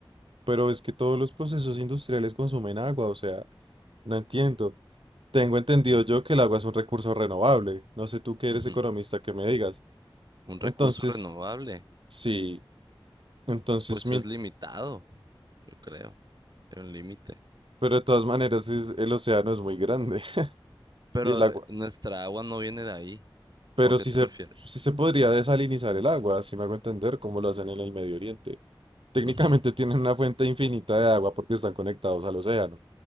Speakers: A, on the right (about 75°); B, on the right (about 50°).
A: pero es que todos los procesos industriales consumen agua, o sea, no entiendo. Tengo entendido yo que el agua es un recurso renovable. No sé tú que eres
B: Ujú.
A: economista que me digas.
B: Un recurso
A: Entonces,
B: renovable,
A: sí, entonces,
B: pues
A: mi-
B: es limitado, yo creo. Hay un límite.
A: pero de todas maneras es- el océano es muy grande <laughs>
B: Pero
A: y el agua.
B: eh, nuestra agua no viene de ahí.
A: Pero
B: ¿O a qué
A: sí
B: te
A: se,
B: refieres?
A: sí se podría desalinizar el agua, si me hago entender cómo lo hacen en el Medio Oriente. Técnicamente
B: Ujú,
A: <laughs> tienen una fuente infinita de agua porque están conectados al océano.